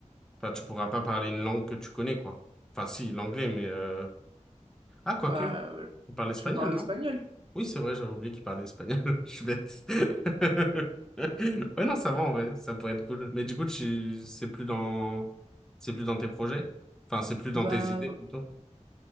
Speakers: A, in the centre; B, on the right.
A: enfin, tu pourras pas parler une langue que tu connais, quoi. Enfin, si, l'anglais, mais euh... ah, quoique,
B: Bah, euh,
A: on parle espagnol,
B: je parle
A: non?
B: espagnol.
A: Oui, c'est vrai, j'avais oublié qu'il parlait espagnol. <laughs> Je suis bête. <laughs> Ouais, non, ça va, ouais Ça pourrait être cool. Mais du coup, tu... c'est plus dans... c'est plus dans tes projets? Enfin, c'est plus
B: Bah,
A: dans tes idées, plutôt.